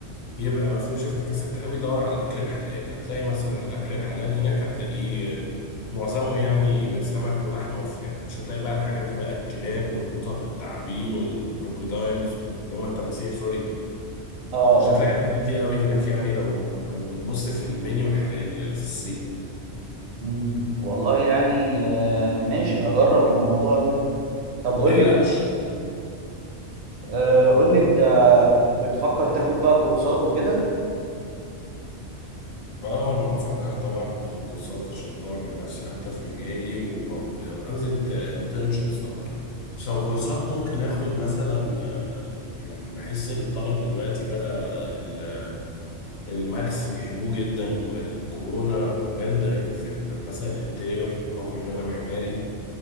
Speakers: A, on the left; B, on the right.
A: يبقى ما فيهوش افتكاسات قوي دور على الاكل الحلال هتلاقي مثلا الاكل الحلال هناك هتلاقيه معظمه يعني سمك ولحمه وفراخ مش هتلاقي بقى الحاجات بقى الكلاب والقطط والتعابين والكروكودايلز اللي هو انت مسيح سوري
B: آه آه
A: مش هتلاقي الحاجات دي قوي هناك يعني لو لو بتبص في المنيو الحلال في الصين
B: مم. والله يعني آه ماشي هجرب الموضوع ده طب قول
A: ما تقلقش
B: لي آه قول لي أنت بتفكر تاخد بقى كورسات وكده؟
A: اه انا بفكر طبعا اخد كورسات عشان اطور من نفسي حتى في مجالي وب- وانزل انترنشيبس طبعا بس لو كورسات ممكن اخد مثلا آه، يعني بحس الطلب دلوقتي بقى ال- الماكس بيحبوه جدا والكورونا ريندرنج في ال- مثلا الانتيريور بحكم ان انا معماري